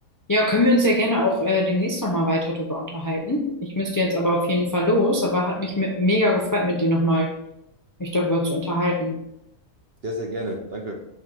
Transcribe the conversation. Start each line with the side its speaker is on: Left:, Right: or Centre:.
Left: Ja, können wir uns ja gerne auch äh, demnächst nochmal weiter darüber unterhalten. Ich müsste jetzt aber auf jeden Fall los, aber hat mich me- mega gefreut, mit dir nochmal mich darüber zu unterhalten.
Right: Sehr, sehr gerne. Danke.